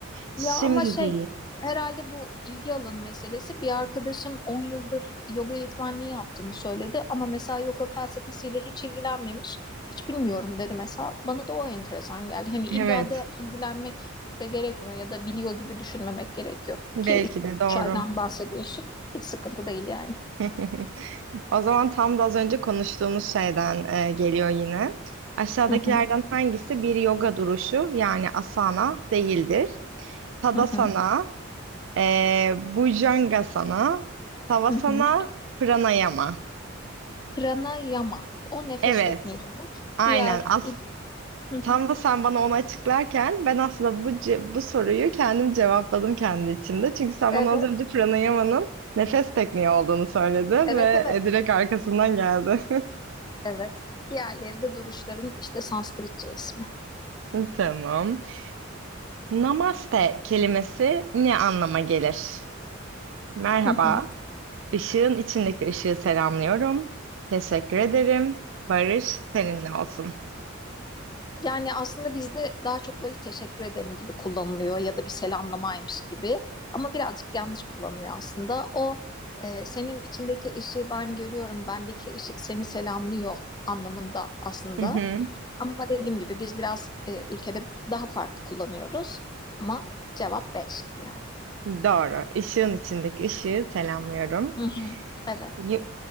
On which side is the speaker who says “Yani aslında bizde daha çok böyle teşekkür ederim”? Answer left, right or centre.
Left